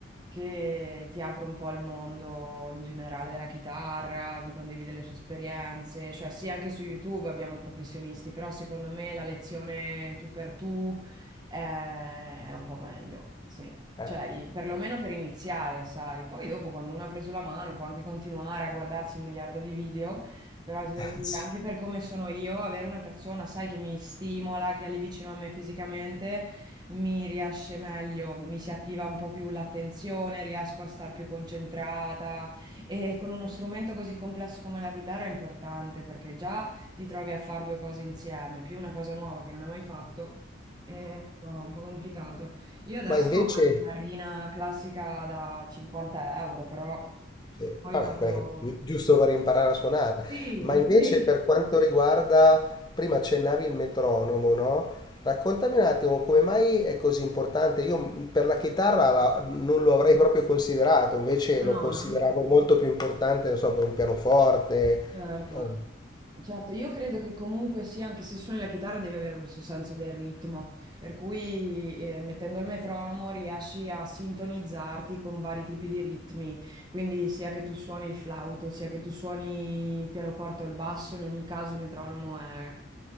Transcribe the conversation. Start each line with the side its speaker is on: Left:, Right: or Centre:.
Right: che ti apre un po' al mondo in generale della chitarra, ti condivide le sue esperienze, cioè sì, anche su YouTube abbiamo professionisti, però secondo me la lezione tu per tu è, è un po' meglio, sì.
Left: Eh,
Right: Cioè, i- perlomeno per iniziare, sai. Poi dopo, quando uno ha preso la mano, può anche continuare a guardarsi un miliardo di video, però ti devo
Left: <laughs>
Right: dire,
Left: sì.
Right: anche per come sono io, avere una persona, sai, che mi stimola, che è lì vicino a me fisicamente, mi riesce meglio, mi si attiva un po' più l'attenzione, riesco a star più concentrata e con uno strumento così complesso come la chitarra è importante perché già ti trovi a fare due cose insieme, più una cosa nuova che non hai mai fatto. È un po' un po' complicato. Io adesso
Left: Ma invece...
Right: ho una chitarrina classica da 50 euro, però
Left: Sì,
Right: poi
Left: Vabbè,
Right: quando...
Left: quella che- gi- giusto per imparare a suonare,
Right: Sì,
Left: ma invece
Right: sì.
Left: per quanto riguarda, prima accennavi il metronomo, no? Raccontami un attimo come mai è così importante. Io mh, per la chitarra la- non lo avrei proprio considerato, invece
Right: Ah,
Left: lo
Right: No,
Left: consideravo
Right: eh?
Left: molto più importante, non so, per un pianoforte.
Right: Certo.
Left: o-
Right: Certo, io credo che comunque sì, anche se suoni la chitarra devi avere questo senso del ritmo, per cui eh, mettendo il metronomo riesci a sintonizzarti con vari tipi di ritmi, quindi sia che tu suoni il flauto, sia che tu suoni il pianoforte o il basso, in ogni caso il metronomo è,